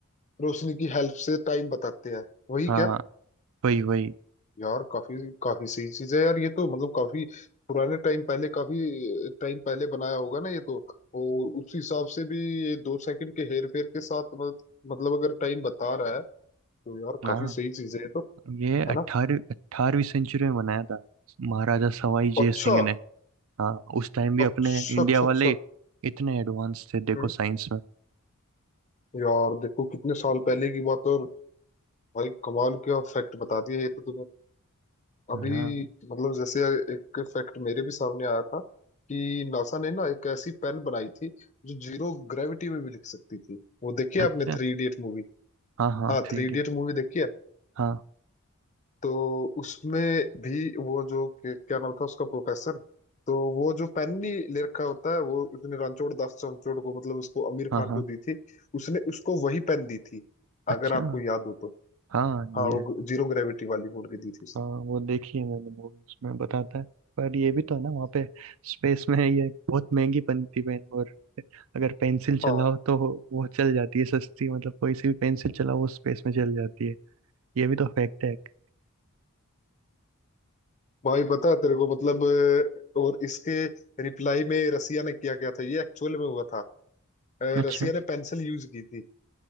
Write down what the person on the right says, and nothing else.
हाँ
वही वही
हाँ
ये
अट्ठारह
18वीं सेंचुरी में बनाया था महाराजा सवाई जय
सिंह ने हाँ उस टाइम भी अपने
इंडिया
वाले इतने एडवांस थे देखो
साइंस में
हाँ
अच्छा
हाँ हाँ
थ्री
डी
हाँ
हाँ
हाँ
अच्छा
हाँ
ये
हाँ वो देखी है मैंने मूवी उसमें बताता है पर ये भी तो है ना वहाँ पे स्पेस में ये बहुत महंगी बनती पेन और अगर पेंसिल
चलाओ तो वो चल जाती है सस्ती मतलब कोई सी भी पेंसिल चलाओ वो स्पेस में चल जाती है ये भी तो फैक्ट है एक।
अच्छा